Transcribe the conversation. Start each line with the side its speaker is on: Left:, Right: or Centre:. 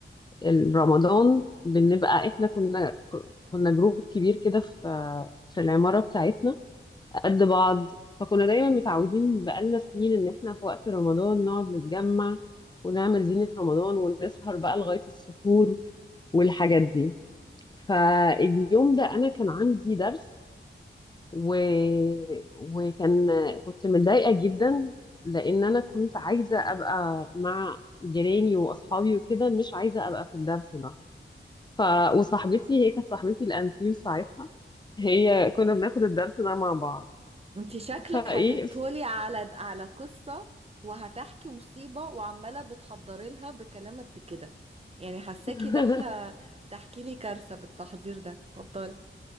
Left: الرمضان بنبقى احنا كنا كنا جروب كبير كده في في العمارة بتاعتنا قد بعض فكنا دايما متعودين بقالنا سنين ان احنا في وقت رمضان نقعد نتجمع ونعمل زينة رمضان ونسهر بقى لغاية السحور والحاجات دي فاليوم ده انا كان عندي درس و... وكان كنت متضايقة جدا لان انا كنت عايزة ابقى مع جيراني واصحابي وكده مش عايزة ابقى في الدرس ده ف... وصاحبتي هي كانت صاحبتي الانتيم ساعتها هي كنا بناخد الدرس ده مع بعض
Right: وانتي شكلك
Left: فايه
Right: هتبتولي على على قصة وهتحكي مصيبة وعمالة بتحضري لها بكلام قد كده يعني حساكي
Left: <laughs>
Right: داخلة تحكي لي كارثة بالتحضير ده اتفضلي